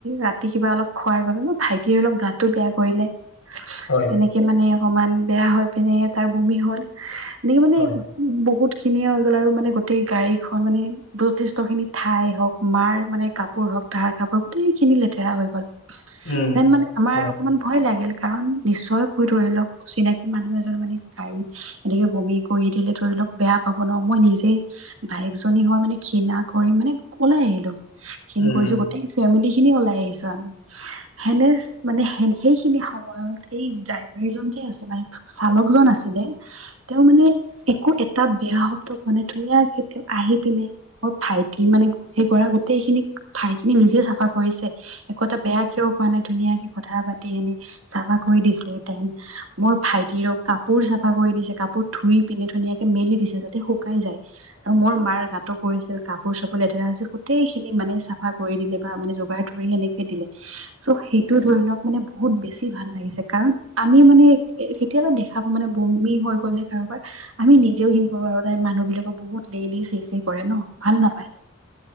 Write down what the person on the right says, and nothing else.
ৰাতি কিবা অলপ খোৱাৰ বাবে মোৰ ভাইটিৰ অলপ গাতটো বেয়া কৰিলে।
তেনেকে মানে অকমান বেয়া হৈ পিনে তাৰ বমি হল এনেকে মানে
বহুত খিনিয়ে হৈ গ'ল আৰু মানে গোটেই গাড়ী খন মানে যথেষ্ট খিনি ঠাই হওক মাৰ মানে কাপোৰ হওক তাহাৰ কাপোৰ গোটেই খিনি লেতেৰা হৈ গ'ল
দেন মানে আমাৰ
অকমান ভয় লাগিল কাৰণ নিশ্চয় কৈ ধৰি লওক চিনাকি মানুহ এজন মানে গাড়ীত এনেকে বমি কৰি দিলে ধৰি লওক বেয়া পাব ন, মই নিজেই বায়েকজনী হয় মানে ঘৃণা কৰি মানে উলাই আহিলোঁ। ঘিণ
কৰিছো গোটেই ফেমিলি খিনি ওলাই আহিছো আমি সেনেচ মানে সেইখিনি সময়ত এই ড্ৰাইভাৰীজন যে আছিল মানে চালকজন আছিলে তেওঁ মানে একো এটা বেয়া শব্দ কোৱা নাই ধুনীয়াকে তেওঁ আহি পিনে অ ভাইটি মানে সেই কৰা গোটেইখিনি ঠাইখিনি নিজে চাফা কৰিছে একো এটা বেয়া কিয় পোৱা নাই ধুনীয়াকে কথা পাতি এনে। চাফা কৰি দিয়ে। মোৰ ভাইটিৰক কাপোৰ চাফা কৰি দিছে কাপোৰ ধুই পিনে ধুনীয়াকে মেলি দিছে যাতে। শুকাই যায় আৰু মোৰ মাৰ গাতটো। কৰিছিল কাপোৰ চাপোৰ লেতেৰা আছিল গোটেইখিনি মানে চাফা কৰি দিলে বা মানে জগাই ধৰি সনেকে দিলে। চ' সেইটো ধৰি লওক মানে বহুত বেছি ভাল লাগিছে কাৰণ আমি মানে কেতিয়াবা দেখা প মানে বমি হৈ গ'লে কাৰোবাৰ আমি নিজেও সিং কৰাৰ আৰু তাই মানুহ বিলাকক বহুত লেই ল চে চে কৰে ন ভাল নাপায়